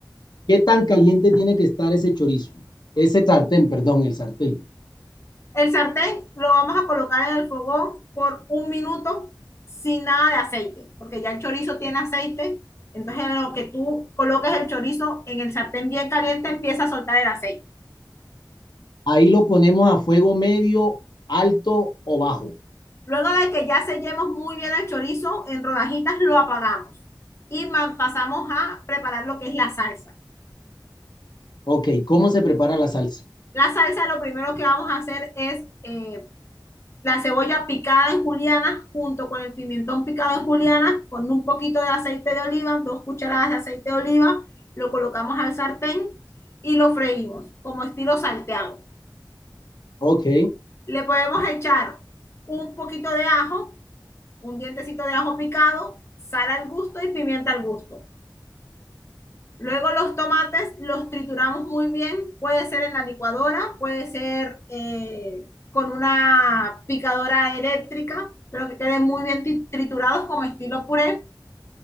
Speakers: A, on the left (about 70°); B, on the left (about 35°).
A: qué tan caliente tiene que estar ese chorizo? Ese sartén, perdón, el sartén.
B: el sartén lo vamos a colocar en el fogón por un minuto sin nada de aceite, porque ya el chorizo tiene aceite. Entonces, en lo que tú coloques el chorizo en el sartén bien caliente, empieza a soltar el aceite.
A: Ahí lo ponemos a fuego medio, alto o bajo.
B: Luego de que ya sellemos muy bien el chorizo en rodajitas, lo apagamos y pasamos a preparar lo que es la salsa.
A: Ok, ¿cómo se prepara la salsa?
B: La salsa lo primero que vamos a hacer es eh, la cebolla picada en julianas junto con el pimentón picado en julianas con un poquito de aceite de oliva, dos cucharadas de aceite de oliva, lo colocamos al sartén y lo freímos como estilo salteado.
A: Ok,
B: Le podemos echar un poquito de ajo, un dientecito de ajo picado, sal al gusto y pimienta al gusto. Luego los tomates los trituramos muy bien, puede ser en la licuadora, puede ser eh, con una picadora eléctrica, pero que queden muy bien triturados como estilo puré.